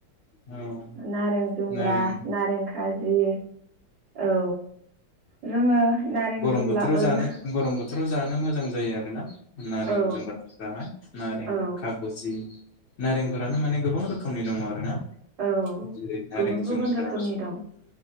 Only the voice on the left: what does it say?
औ
नारें
गरम
बोथोराव
जानो
गरम बोथोराव जानो मोजां जायो आरोना नारें
जुम्ब्राफोराहाय। नारें
खागजि नारेंफोरानो माने गोबां रोखोमनि दङ आरोना।
जेरैे नारें
जुम्ब्रा,